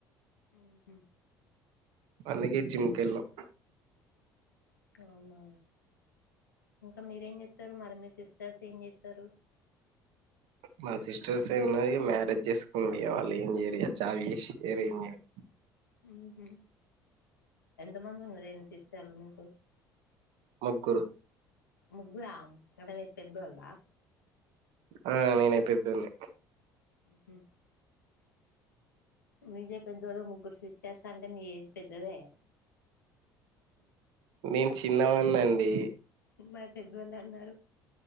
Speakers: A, on the left; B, on the right.
A: ఉహు
B: అందుకే జిమ్ కెల్లం.
A: అవునా ఇంకా మీరేం చెస్తారు మరి మీ సిస్టర్స్ ఏం చేస్తారు.
B: మా సిస్టర్స్ ఏం ఉన్నది మ్యారేజ్ చేసుకునారు వాళ్ళు ఏం చేయరు ఇగ జాబ్ చేసి వేరే ఏం చేయరు.
A: ఉహు ఎంత మంది ఉన్నవారు ఏంది సిస్టర్లు నీకు.
B: ముగ్గురు.
A: ముగ్గురా అంటే మీరు పెద్దోవాళ్ళ.
B: ఆ నేనే పెద్దోన్ని.
A: హ్మ్. మీజే పెద్దోడు ముగ్గురు సిస్టర్స్ అంటే మీ ఏజ్ పెద్దదే.
B: నేను చిన్నవాన్నాండి.
A: మరి పెద్దోళ్ళు అన్నారు